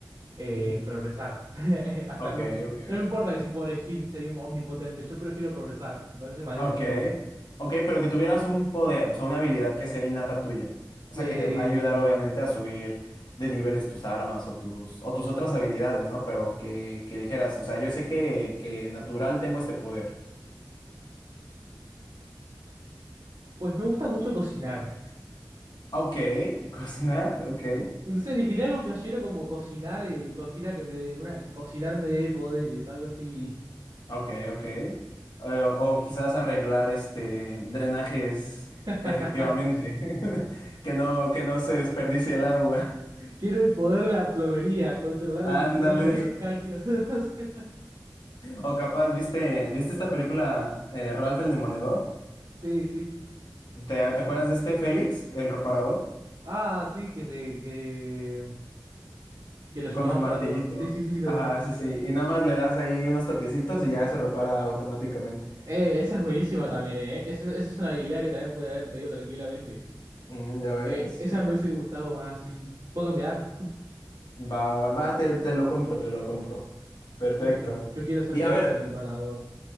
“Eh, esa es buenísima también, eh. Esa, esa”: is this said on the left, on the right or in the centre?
Right